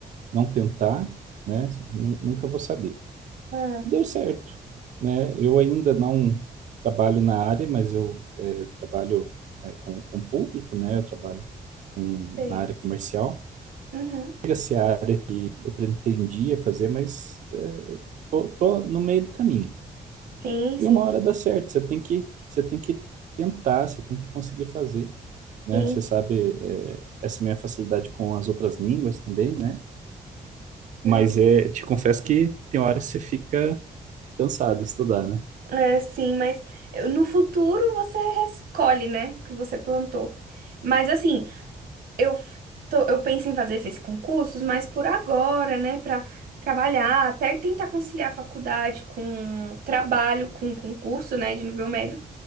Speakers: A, on the right; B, on the right.
A: não tentar, né, nu- nunca vou saber.
B: Ah,
A: deu certo, né? Eu ainda não trabalho na área, mas eu eh, trabalho né, com, com público, né? Eu trabalho com,
B: sei.
A: na área comercial.
B: Uhum.
A: Chega a ser a área que eu pretendia fazer, mas eh, tô, tô no meio do caminho.
B: Sim, sim,
A: E uma hora dá certo, você tem que, você tem que tentar, você tem que conseguir fazer, né?
B: sim.
A: Você sabe, eh, essa minha facilidade com as outras línguas também, né?
B: Não,
A: Mas é, te confesso que tem horas que você fica cansado de estudar, né?
B: É, sim, mas eu- no futuro você escolhe, né, o que você plantou. Mas assim, eu, f- tô, eu penso em fazer esses concursos, mas por agora, né, para trabalhar, até tentar conciliar a faculdade com trabalho, com concurso, né, de nível médio.